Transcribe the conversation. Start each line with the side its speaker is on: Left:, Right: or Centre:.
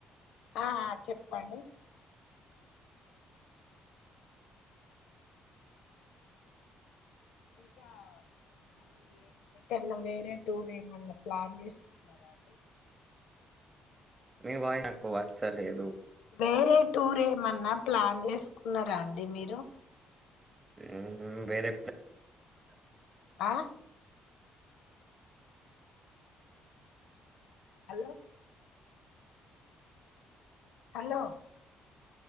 Left: ఆ ఆ చెప్పండి ఇంకా మళ్ళీ ఏ ఎదన్నా వేరే టూర్ ఏమన్నా ప్లాన్ చేస్తున్నారా అండి
Right: మీ వాయి నాకు వస్తలేదు
Left: వేరే టూర్ ఏమన్నా ప్లాన్ చేసుకున్నారా అండి మీరు
Right: ఉహు వేరే
Left: ఆ హలో హలో